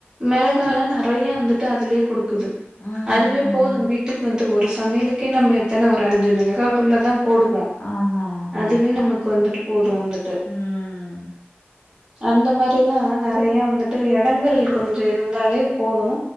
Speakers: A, on the right; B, on the left.
A: மிளகாலா நெறைய வந்துட்டு அதுலயே குடுக்குது
B: ம்
A: அதுவே
B: ம்
A: போது
B: ம்
A: வீட்டுக்கு வந்து ஒரு சமையலுக்கே நம்ம எத்தன ஒரு அஞ்சு மிளகாக்குள்ளதா போடுவோ
B: ஆமா ஆமா கண்டிப்பா
A: அதுவே நமக்கு வந்துட்டு போது வந்துட்டு
B: ம்
A: அந்த மாரி எல்லா நெறைய வந்துட்டு இடங்கள் கொஞ்ச இருந்தாலே போது